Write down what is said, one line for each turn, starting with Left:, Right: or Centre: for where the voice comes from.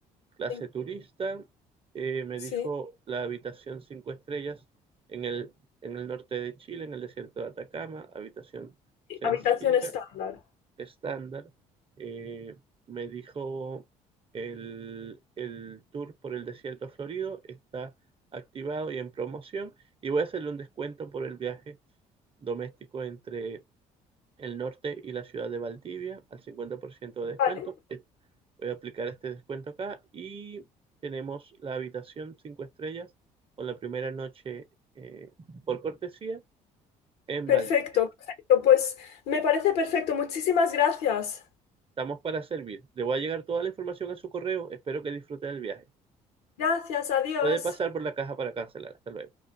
Right: clase
Left: Sí,
Right: turista. Eh, me
Left: sí.
Right: dijo la habitación cinco estrellas en el, en el norte de Chile, en el desierto de Atacama, habitación
Left: sí,
Right: sencilla.
Left: Habitación estándar.
Right: estándar, eh, me dijo el, el tour por el desierto florido está activado y en promoción y voy a hacerle un descuento por el viaje doméstico entre el norte y la ciudad de Valdivia al 50% de descuento.
Left: Vale,
Right: Eh, Voy a aplicar este descuento acá y tenemos la habitación 5 estrellas con la primera noche eh, por cortesía en
Left: perfecto,
Right: Valdivia.
Left: perfecto. Pues me parece perfecto, muchísimas gracias.
Right: Estamos para servir. Le voy a llegar toda la información a su correo. Espero que disfrute del viaje.
Left: Gracias, adiós.
Right: Puede pasar por la caja para cancelar. Hasta luego.